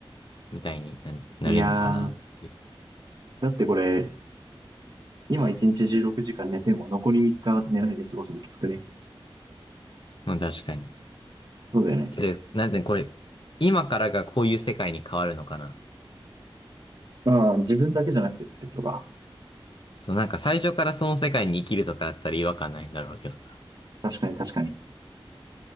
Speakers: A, on the left; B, on the right.
A: みたいにな、なれるのかなって。
B: いやー。だってこれ、今1日16時間寝ても残り3日寝ないで過ごすのきつくね。
A: まあ確かに。
B: そうだよね。
A: けど、なんでこれ、今からがこういう世界に変わるのかな。
B: ああ、自分だけじゃなくてってことか。
A: そう、なんか最初からその世界に生きるとかだったら違和感ないんだろうけどさ。
B: 確かに確かに。